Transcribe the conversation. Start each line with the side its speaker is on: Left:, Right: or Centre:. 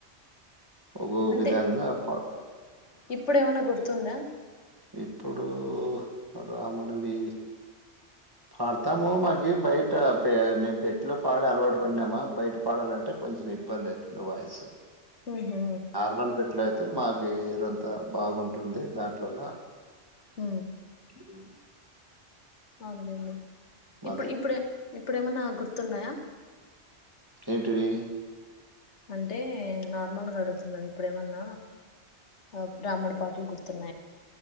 Right: ఒకో కో
Left: అంటే
Right: విధంగ పాడుత
Left: ఇప్పుడు ఏవన్న గుర్తుందా
Right: ఇప్పుడూ రామునివీ పాడతాము మాకి బయట పే మేము పెట్టిలో పాడే అలవాటు పడినామా బయట పాడాల కొంచెం ఇబ్బంది అయితుంది వాయిసు
Left: ఉహు
Right: ఆర్మాన్ పెట్లో అయితే మా వేరంతా బాగుంటుంది దాంట్లోల
Left: ఊ
Right: ఊ
Left: అవునండి ఎప్పుడు
Right: అదే
Left: ఎపుడూమైన గుర్తు ఉన్నాయా
Right: కేంటీవీ
Left: అంటే నార్మల్ గా అడుగుతున్న ఎపుడూమైన అ రాముడు పాటలు గుర్తు